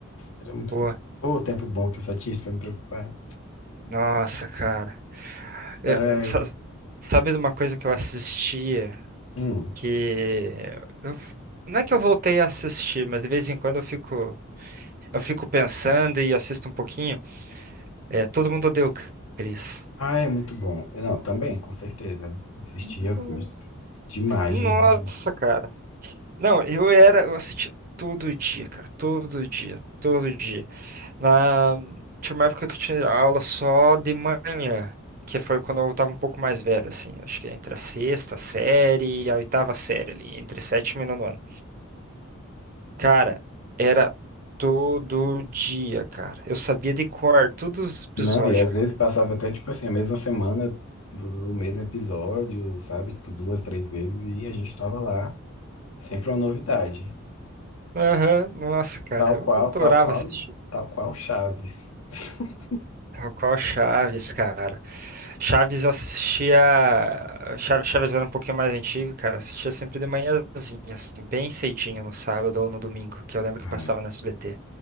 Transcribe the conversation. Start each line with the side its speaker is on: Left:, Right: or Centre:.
Left: Era muito
Right: Boa.
Left: bom. Ô, tempo bom que eu só tinha isso pra me preocupar.
Right: Nossa, cara. Eu-
Left: Ai,
Right: sa- sabe de uma coisa que eu assistia
Left: hum.
Right: que eu- não é que eu voltei a assistir, mas de vez em quando eu fico eu fico pensando e assisto um pouquinho. É, todo mundo odeia o Chris.
Left: Ai, é muito bom. Não, também, com certeza. Assistia
Right: No-
Left: demais,
Right: Nossa,
Left: demais.
Right: cara. Não, eu era, eu assistia todo dia, cara, todo dia, todo dia. Na, tinha uma época que eu tinha aula só de manhã, que foi quando eu tava um pouco mais velho, assim, acho que entre a sexta série e a oitava série ali, entre sétimo e nono ano. Cara, era todo dia, cara. Eu sabia de cor todos os episódios,
Left: Não, e às
Right: cara.
Left: vezes passava até, tipo assim, a mesma semana do mesmo episódio, sabe? Tipo, duas, três vezes, e a gente tava lá, sempre uma novidade.
Right: Aham, nossa, cara,
Left: Tal
Right: eu
Left: qual,
Right: adorava
Left: tal qual,
Right: assistir.
Left: tal qual Chaves. <laughs>
Right: Qual qual Chaves, cara? Chaves eu assistia. Cha- Chaves era um pouquinho mais antigo, cara. Assistia sempre de manhãzinha, assim, bem cedinho no sábado ou no domingo, que eu lembro que
Left: Ah,
Right: passava no SBT.